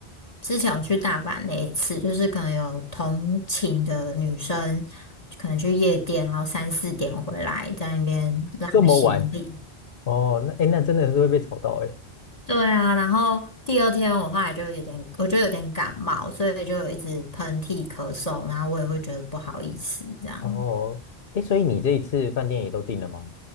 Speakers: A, on the left (about 35°); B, on the left (about 60°).
A: 之前我去大阪那一次，就是可能有同寝的女生可能去夜店，然后三四点回来在那边拉行李。
B: 这么晚哦，那哎，诶那真的是会被吵到哎。
A: 对啊，然后第二天我后来就有点，我就有点感冒，所以就一直喷嚏咳嗽，然后我也会觉得不好意思这样。
B: 哦，诶，所以你这一次饭店也都订了吗？